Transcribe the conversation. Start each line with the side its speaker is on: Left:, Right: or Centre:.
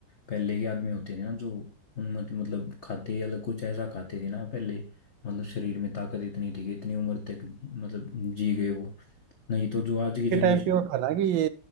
Left: पहले के आदमी होते थे ना जो उन मतलब मतलब खाते ही अलग कुछ ऐसा खाते थे ना पहले मतलब शरीर में ताकत इतनी थी कि इतनी उम्र तक मतलब जी गए वो नहीं तो जो आज की जनरेशन
Right: के टाइम पे वो था ना कि ये